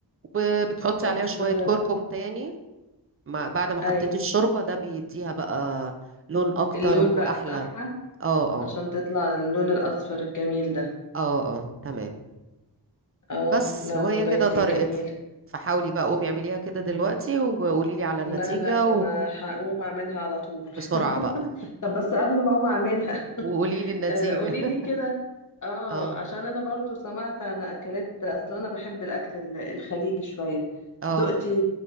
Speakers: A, on the right; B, on the left.
A: وبتحطي
B: طب
A: عليها شويه
B: آه،
A: كركم تاني مع بعد ما حطيتي
B: اي
A: الشوربه ده بيديها بقى لون اكتر
B: اللون
A: واحلى
B: بقى بتاعها
A: اه اه
B: عشان تطلع اللون الأصفر الجميل ده
A: اه اه تمام
B: اه
A: بس
B: لا
A: وهي
B: والله
A: كده طرقت
B: دي جميلة
A: فحاولي بقى قومي اعمليها كده دلوقتي وقولي لي على النتيجه
B: لا لا ده انا هقوم اعملها على طول <laughs>
A: وبسرعه بقى
B: طب بس قبل ما اقوم اعملها
A: وقولي لي النتيجه
B: آه، قوليلي كده
A: <laughs>
B: اه
A: اه
B: عشان انا برضو سمعت عن اكلات اصلا انا بحب الاكل ال- الخليجي شوية
A: اه
B: دقتي